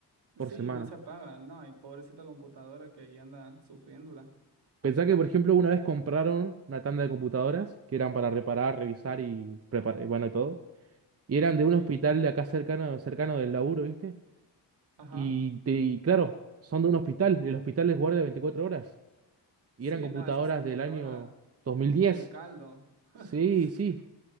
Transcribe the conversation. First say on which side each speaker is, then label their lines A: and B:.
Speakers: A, on the right; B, on the right.
A: Sí,
B: por semana.
A: no se apaga, no, y pobrecita computadora que ahí anda sufriéndola.
B: Pensá que, por ejemplo, una vez compraron una tanda de computadoras que eran para reparar, revisar y preparar, bueno, y todo. Y eran de
A: Sí,
B: un hospital de acá cercano, cercano del laburo, ¿viste?
A: ajá.
B: Y, te- y claro, son de un hospital. El hospital les guardia 24 horas. Y
A: Sí,
B: eran computadoras
A: no, esa es computadora
B: del año 2010.
A: del caldo, <laughs>
B: Sí, sí.